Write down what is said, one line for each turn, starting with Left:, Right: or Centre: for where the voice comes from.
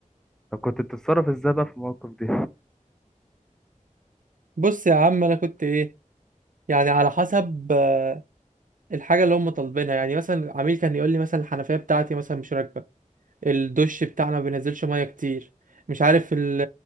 Centre: طب كنت بتتصرف ازاي بقى في المواقف دي
Right: بص يا عم انا كنت ايه يعني على حسب آه، الحاجه اللي هم طالبينها يعني مثلا عميل كان يقول لي مثلا الحنفيه بتاعتي مثلا مش راكبه الدش بتاعنا ما بينزلش ميه كتير مش عارف ال-